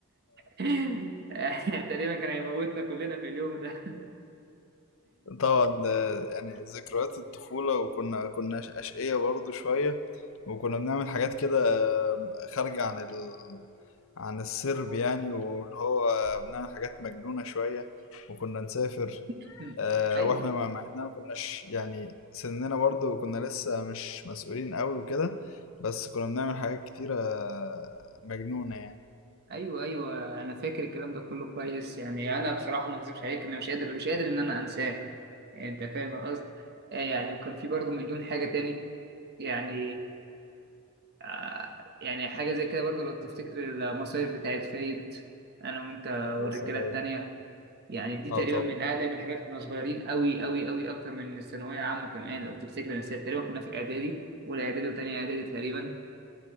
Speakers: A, on the right; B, on the left.
A: <laughs> تقريبا كان هيموتنا كلنا في اليوم ده
B: طبعا آه، يعني ذكريات الطفولة وكنا كنا أش- أشقية برضو شوية وكنا بنعمل حاجات كده آه، خارجة عن ال... عن السرب يعني واللي هو بنعمل حاجات مجنونة شوية وكنا نسافر
A: <laughs>
B: آه،
A: ايوه
B: واحنا مع مع اننا ما كناش يعني سننا برضو كنا لسه مش مسؤولين قوي وكده بس كنا بنعمل حاجات كتيرة آه، مجنونة يعني
A: ايوه ايوه انا فاكر الكلام ده كله كويس يعني انا بصراحه ما اكذبش عليك انا مش قادر مش قادر ان انا انساه يعني انت فاهم القصد آه، يعني وكان في برضه مليون حاجه تاني يعني آه، يعني حاجة زي كده برضو لو تفتكر المصايف بتاعت فايد أنا وأنت والرجالة
B: يا سلام
A: التانية يعني دي
B: اه
A: تقريبا
B: طبعا
A: من أقدم الحاجات كنا صغيرين أوي أوي أوي أكتر من الثانوية عامة كمان لو تفتكر بس تقريبا كنا في إعدادي أولى إعدادي وتانية إعدادي تقريبا